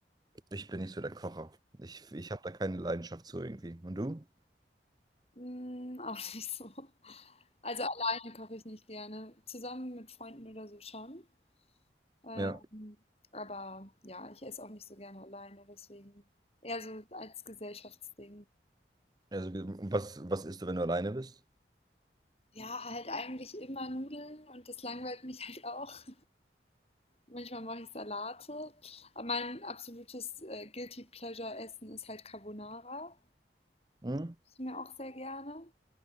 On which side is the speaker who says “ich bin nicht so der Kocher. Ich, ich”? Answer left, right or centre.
Right